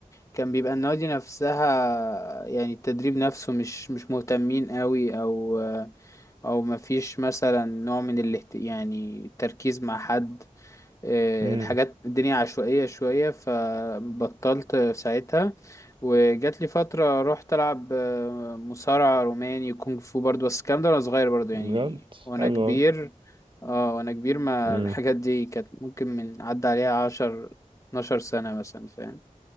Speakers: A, on the left (about 25°); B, on the right (about 40°).
A: كان بيبقى النوادي نفسها يعني التدريب نفسه مش مش مهتمين أوي أو او مفيش مثلا نوع من الاهت... يعني التركيز مع حد آه،
B: امم
A: الحاجات الدنيا عشوائية شوية فبطلت ساعتها وجات لي فترة رحت ألعب آه، مصارعة روماني وكونغ فو برضو بس الكلام ده وأنا صغير برضو يعني
B: بجد
A: وأنا
B: حلو
A: كبير
B: أوي.
A: اه وأنا كبير ما
B: امم
A: الحاجات دي كانت ممكن من عدى عليها عشر اتناشر سنة مثلا فاهم